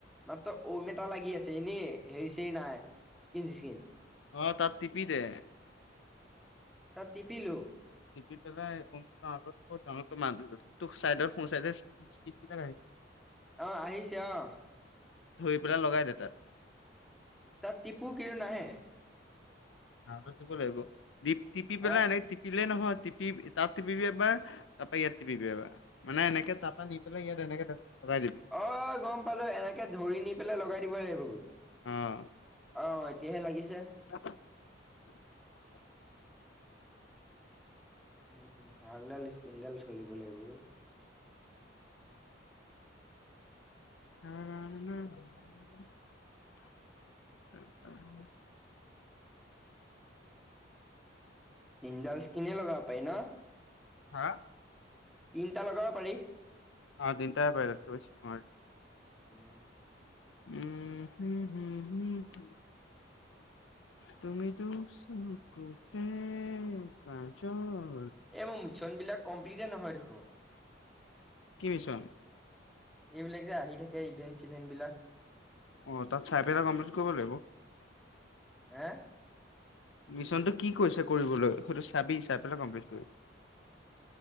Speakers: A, in the centre; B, on the left (about 80°).
A: মাত্ৰ ঔম এটা লাগি আছে। এনে হেৰি চেই নাই। স্কীন চিচকীন।
B: অ' তাত টিপি দে।
A: তাত টিপিলো
B: টিপি পেলাই <unintelligible> ডাঙকে মাত। তোক চাইডত, সোঁ চাইডে <unintelligible>
A: অ' আহিছে অ'।
B: ধই পেলাই লগাই দে তাত।
A: তাত টিপু কিনো নাহে।
B: <unintelligible> লাগিব। দিপ-টিপি
A: হা
B: পেলাই এনেকে টিপিলে নহয় টিপি, তাত টিপিবি এবাৰ তাপা ইয়াত টিপিবি এবাৰ। মানে এনেকে তাপা নি পেলাই ইয়াত এনেকে লগাই দিবি
A: অ' গম পালো, এনেকে ধৰি নি পেলাই লগাই দিব লাগিবগৈ
B: অ'
A: অ'। এতিয়াহে লাগিছে
B: <inaudible>
A: উ ভালডাল স্কীনডাল থৈ দিব লাগিব ঐ। <inaudible>
B: <inaudible> <inaudible>
A: তিনডাল স্কীনে লগাব পাই ন।
B: হা?
A: তিনটা লগাব পাৰি।
B: আ তিনতাই পাই তাতকৈ বেছি নোৱাৰি।
A: উম।
B: উ, হ, হ, হ, হ। তুমি দুচকুতে কাজল
A: এই মো মিছনবিলাক কমপ্লিটে নহয় দেখোন।
B: কি মিছন?
A: এইবিলাক যে আহি থাকে ইভেন্ট-চিভেণ্টবিলাক।
B: অ' তাত চাইপেলা কমপ্লিট কইব লাগিব।
A: হে?
B: মিছনটো কি কৈছে কৰিবলৈ সৈটো চাবি, চাই পেলাই কমপ্লিট কইবি।